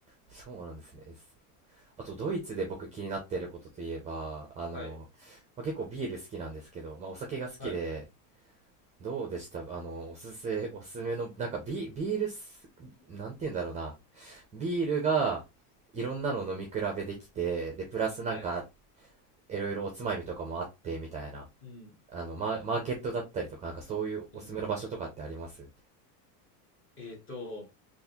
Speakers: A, on the right (about 15°); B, on the left (about 25°).
A: ー、そうなんですね。すあと、ドイツで僕気になっていることといえば、あの、
B: はい。
A: まあ、結構ビール好きなんですけど、まあ、お酒が好きで、
B: はい。
A: どうでしたあの、おすすめ、おすすめの、なんかビ、ビールす、なんて言うんだろうな。ビールが、いろんなのを飲み比べできて、で、プラスなんか、
B: はい。
A: いろいろおつまみとかもあって、みたいな。
B: うん。
A: あの、マ、マーケットだったりとか、なんかそういうおすすめの場所とかってあります
B: うん。えっと、